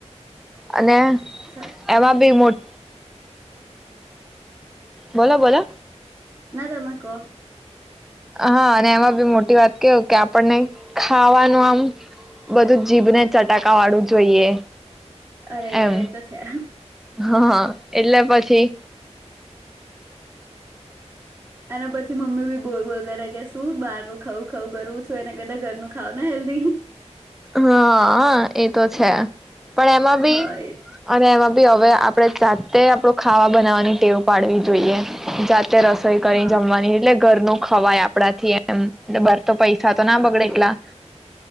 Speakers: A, in the centre; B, on the right.
A: અને
B: સા
A: એમાં બી મોટી બોલો બોલો
B: ના તમે કો
A: હા અને એમાં બી મોટી વાત કેવું કે આપણને ખાવાનું આમ બધું જીભને ચટાકા વાળું જોઈએ
B: અરે યાર
A: એમ
B: એ તો છે
A: હા હ એટલે પછી
B: અને પછી મમ્મી બી બોલ બોલ કરે કે શું બહાર ન ખવું ખઉું કરવું છો એના કરતા ઘરનું ખાાવ ને હેલ્ધી
A: હા એતો છે પણ એમાં
B: હા
A: બી
B: એ
A: અને એમાં હવે આપડણે જાતે આપડુ ખાવાનુ બનાવવાની ટેવ પાડવી જોઈએ જાતે રસોઈ કરી
B: હા
A: જમવાની એટલે ઘરનું ખવાય આપણા થી એમ તો પૈસા તો ના
B: હા
A: બગડે એટલા.